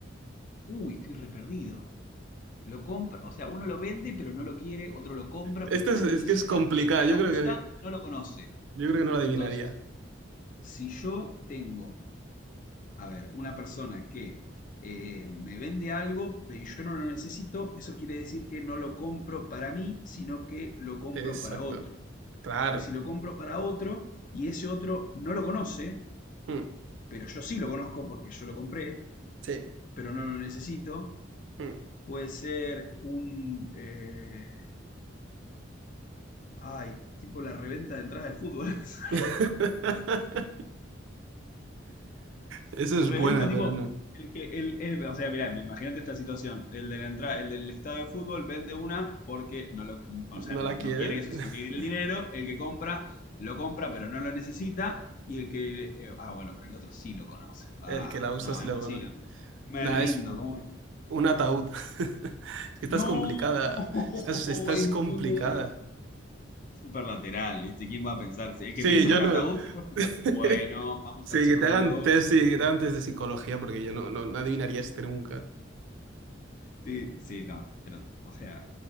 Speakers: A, on the left; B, on the right.
A: Uy, estoy re perdido. Lo compra, o sea, uno lo vende pero no lo quiere, otro lo compra
B: Este
A: pero no
B: es,
A: lo
B: es
A: necesita
B: que es complicado.
A: y el que
B: Yo
A: lo
B: creo
A: usa
B: que,
A: no lo conoce.
B: yo creo que no lo adivinaría.
A: Entonces, si yo tengo, a ver, una persona que eh, me vende algo pero yo no lo necesito, eso quiere decir que no lo compro para mí, sino que lo compro
B: Exacto.
A: para otro.
B: Claro.
A: Entonces, si lo compro para otro y ese otro no lo conoce,
B: Mm,
A: pero yo sí lo conozco porque yo lo compré,
B: sí.
A: pero no lo necesito,
B: Mm.
A: puede ser un... eh, Ay, tipo la reventa de entradas de fútbol. <laughs>
B: <laughs> Esa
A: Reventa
B: es buena,
A: tipo
B: pero no.
A: el que el, el- o sea, mirá, me- imagínate esta situación. El de la entrada, el del estadio de fútbol vende una porque no lo, o
B: ¿No
A: sea, no,
B: la quiere?
A: no quiere eso,
B: <laughs>
A: sino que quiere el dinero. El que compra lo compra, pero no lo necesita y el que eh, ah, bueno, pero el otro sí lo conoce. Ah,
B: El que la usa
A: no,
B: sí
A: imposible.
B: la conoce.
A: Me
B: Nada,
A: rindo,
B: es
A: ¿cómo es?
B: un ataúd. <laughs> Es que estás
A: No,
B: complicada. Estás, estás
A: <laughs> es
B: complicada.
A: muy bueno. Súper lateral, ¿viste? ¿Quién va a pensar? Si El
B: Sí,
A: que piensa
B: yo
A: en un
B: no.
A: ataúd, tipo, es como,
B: <laughs>
A: bueno, vamos
B: Sí,
A: al psicólogo.
B: que te hagan test, sí, que te hagan test de psicología, porque yo no, no, no adivinaría este nunca.
A: Sí, sí, no, pero, o sea,